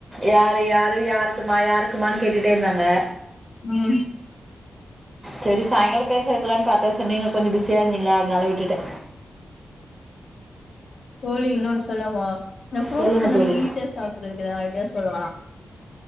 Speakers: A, on the right (about 20°); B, on the left (about 55°).
A: யாரு யாரு யாருக்குமா யாருக்குமானு கேட்டுட்டே இருந்தாங்க
B: ம்
A: செரி சாய்ங்காலம் பேச வைக்கலான்னு பாத்தே சோ நீங்க கொஞ்சோம் பிஸியா இருந்தீங்களா அதனால விட்டுட்டே
B: தோழி இன்னொன்னு சொல்லவா இந்த ஃப்ரூட்ஸ்
A: சொல்லுங்கள்
B: எல்லா
A: தோழி
B: ஈஸியா சாப்புடுறதுக்கு எதாது ஐடியா சொல்லவா